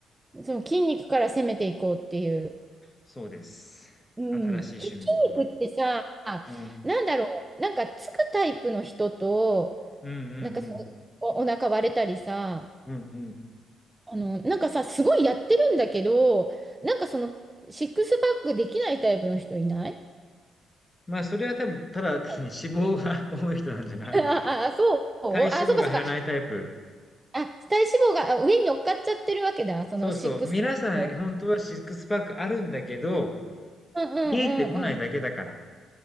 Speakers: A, on the right (about 15°); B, on the left (about 20°).
A: うん。その筋肉から攻めていこうっていう。
B: そうです。
A: うん。
B: 新しい趣味僕の。
A: き筋肉ってさ、
B: うん。
A: なんだろう、なんかつくタイプの人と、
B: うんうんうん。
A: なんかさ、お、お腹割れたりさ、
B: うんうん。
A: あの、なんかさ、すごいやってるんだけど、なんかその、シックスパックできないタイプの人いない
B: まあ、それは多分ただ単に脂肪が
A: <laughs>
B: <laughs> 多い人なんじゃない？
A: あ、あ、そうあ、
B: 体脂肪が減らないタイプ。
A: そうかそうか。あ、体脂肪があ上に乗っかっちゃってるわけだ。そのシックスパックも。
B: そうそう、皆さん本当はシックスパックあるんだけど、
A: うんうんうんうん。
B: 見えてこないだけだから。